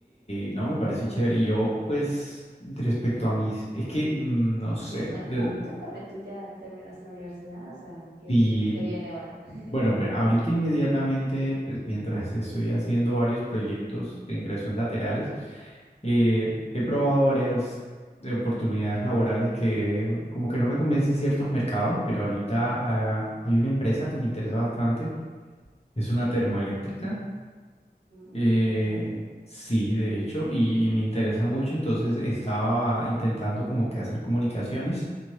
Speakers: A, on the left; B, on the right.
A: no me pareció chévere. Y Yo, pues, respecto a mis, es que mm, no sé,
B: Sí, cuéntame,
A: de-
B: cuéntame, tú ya terminaste la universidad, o sea, ¿qué,
A: si,
B: qué, qué viene ahora? <laughs>
A: bueno, ver, ahorita inmediatamente, pues, mientras estoy haciendo varios proyectos de ingresos laterales, eh, he probado varias eh, oportunidades laborales que eh, como que no me convencen ciertos mercados, pero ahorita ah, hay una empresa que me interesa bastante, es una termoeléctrica.
B: Ujú,
A: Eh,
B: mm, interesante.
A: sí, de hecho, y, y me interesa mucho, entonces estaba intentando como que hacer comunicaciones.